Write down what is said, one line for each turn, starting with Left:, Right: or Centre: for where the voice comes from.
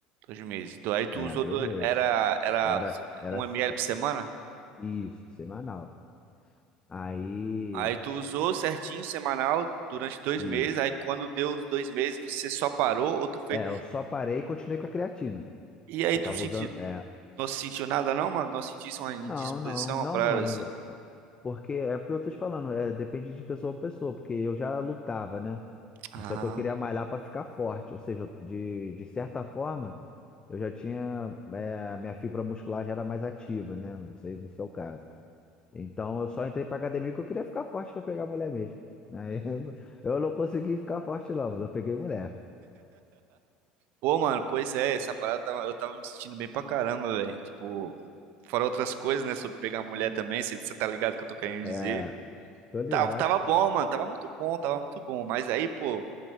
Right: Dois meses. Do- Aí tu
Left: É,
Right: usou
Left: dois
Right: dois,
Left: meses.
Right: era, era
Left: Era, era
Right: um ml
Left: é,
Right: por semana?
Left: isso, semanal. Aí.
Right: Aí tu usou certinho, semanal, durante dois
Left: Isso.
Right: meses. Aí quando deu os dois meses, você só parou ou tu fez.
Left: É, eu só parei e continuei com a creatina.
Right: E aí
Left: Que eu
Right: tu
Left: tava
Right: sentiu,
Left: usando. É,
Right: não sentiu nada não, mano? Não sentisse uma indisposição,
Left: não, não,
Right: uma
Left: não,
Right: parada
Left: mano.
Right: assim?
Left: Porque é porque eu tô te falando, é, depende de pessoa pra pessoa, porque eu já lutava, né?
Right: Ah.
Left: Mas Só que eu queria malhar pra ficar forte. Ou seja, eu- de, de certa forma, eu já tinha. é, minha fibra muscular já era mais ativa, né? Não sei se é o caso. Então eu só entrei pra academia porque eu queria ficar forte pra pegar mulher mesmo. Aí <laughs> eu não eu não consegui ficar forte, não, mas eu peguei mulher.
Right: Pô, mano, pois é, essa parada tava- eu tava me sentindo bem pra caramba, velho. Tipo, fora outras coisas, né? Sobre pegar mulher também, você tá ligado que eu tô querendo
Left: É,
Right: dizer.
Left: tô ligado,
Right: Tava, tava
Left: pô.
Right: bom, mano, tava muito bom, tava muito bom. Mas aí, pô.